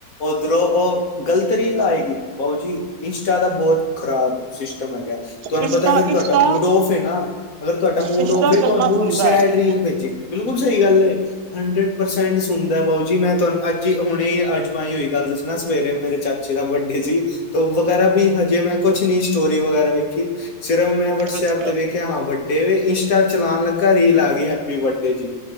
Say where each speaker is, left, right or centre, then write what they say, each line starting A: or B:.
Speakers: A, on the left; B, on the right.
A: ਓਧਰੋਂ ਓ ਉਹ ਗ਼ਲਤ ਨਈ ਲਾਏਗੀ ਬਾਊ ਜੀ ਇੰਸਟਾ ਤਾਂ ਬਹੁਤ ਖਰਾਬ ਸਿਸਟਮ ਹੈਗਾ ਤੁਹਾਨੂੰ
B: ਇੰਸਟਾ
A: ਪਤਾ ਹੈ ਨਾ ਤੁਹਾਡਾ
B: ਇੰਸਟਾ
A: ਮੂਡ ਔਫ ਹੈ ਨਾ ਅਗਰ ਤੁਹਾਡਾ ਮੂਡ
B: ਇੰਸਟਾ
A: ਔਫ ਏ
B: ਗੱਲਾਂ
A: ਤੁਹਾਨੂੰ
B: ਸੁਣਦਾ
A: ਸਾਈਡ
B: ਹੈ
A: ਰੀਲ ਭੇਜੇਗੀ ਬਿਲਕੁਲ ਸਹੀ ਗੱਲ ਏ। ਹੰਡਰਡ ਪਰਸੈਂਟ ਸੁਣਦਾ ਬਾਊ ਜੀ ਮੈਂ ਤੁਹਾਨੂੰ ਅੱਜ ਹੁਣੇ ਅਜਮਾਈ ਹੋਈ ਗੱਲ ਦੱਸਣਾ ਸਵੇਰੇ ਮੇਰੇ ਚਾਚੇ ਜਿਦਾ ਬਰਡੇ ਸੀ ਤੇ ਵਗੈਰਾ ਵੀ ਹਜੇ ਮੈਂ ਕੁਛ ਨ ਸਟੋਰੀ ਵਗੈਰਾ ਵੇਖੀ। ਸਿਰਫ ਮੈਂ ਵਟਸਐਪ
B: ਅੱਛਾ
A: ਤੇ ਵੇਖਿਆ ਹਾਂ ਵੱਡੇ ਇੰਸਟਾ ਚਲਾਉਣ ਲੱਗਾ ਰੀਲ ਆ ਗਈ ਹੈਪੀ ਬਰ ਜੀ